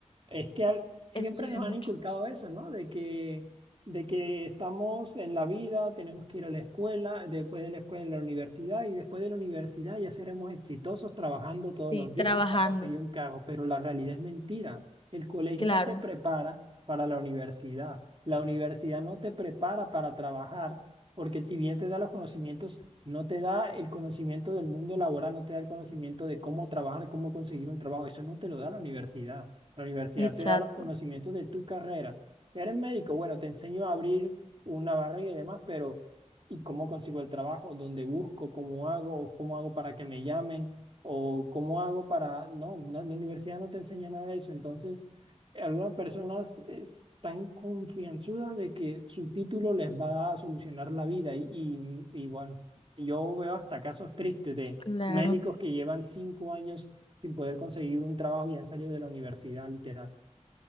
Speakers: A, on the right; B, on the left.
A: es que al- siempre
B: eso se
A: nos
B: ve mucho.
A: han inculcado eso, ¿no? De que, de que estamos en la vida, tenemos que ir a la escuela, después de la escuela a la universidad y después de la universidad ya seremos exitosos trabajando todos
B: Sí,
A: los días
B: trabajando,
A: hasta conseguir un cargo, pero la realidad es mentira. El colegio
B: claro,
A: no te prepara para la universidad, la universidad no te prepara para trabajar porque si bien te da los conocimientos, no te da el conocimiento del mundo laboral, no te da el conocimiento de cómo trabajar, cómo conseguir un trabajo. Eso no te lo da la universidad. La universidad
B: exacto,
A: te da los conocimientos de tu carrera. Eres médico, bueno, te enseño a abrir una barriga y demás, pero ¿y cómo consigo el trabajo? ¿Dónde busco? ¿Cómo hago? ¿O ¿Cómo hago para que me llamen? ¿O cómo hago para...? No, no, la universidad no te enseña nada de eso. Entonces algunas personas están confianzudas de que su título les va a solucionar la vida y, y- y bueno, yo veo hasta casos tristes de
B: claro.
A: médicos que llevan cinco años sin poder conseguir un trabajo y han salido de la universidad, literal.